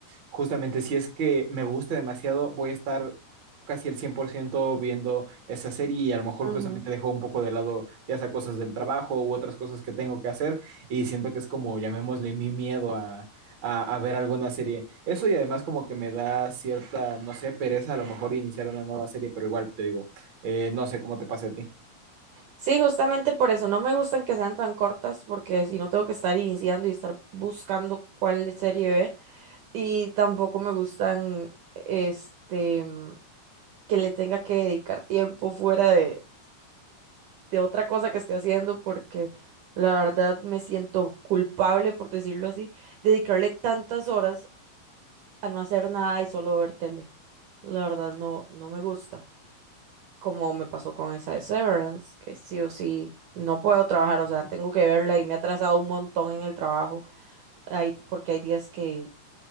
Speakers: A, on the right; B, on the right.
A: justamente si es que me gusta demasiado, voy a estar casi el 100% viendo esa serie y a lo mejor
B: ajá.
A: justamente dejo un poco de lado ya sea cosas del trabajo u otras cosas que tengo que hacer y siento que es como, llamémosle, mi miedo a, a, a ver alguna serie. Eso y además como que me da cierta, no sé, pereza a lo mejor iniciar una nueva serie, pero igual te digo, eh, no sé cómo te pase a ti.
B: Sí, justamente por eso no me gustan que sean tan cortas, porque si no tengo que estar iniciando y estar buscando cuál serie ver. Y tampoco me gustan, este, mm, que le tenga que dedicar tiempo fuera de, de otra cosa que esté haciendo, porque la verdad me siento culpable, por decirlo así, dedicarle tantas horas a no hacer nada y solo ver tele. La verdad no, no me gusta. como me pasó con esa de Severance, que sí o sí no puedo trabajar, o sea, tengo que verla y me ha atrasado un montón en el trabajo, hay, porque hay días que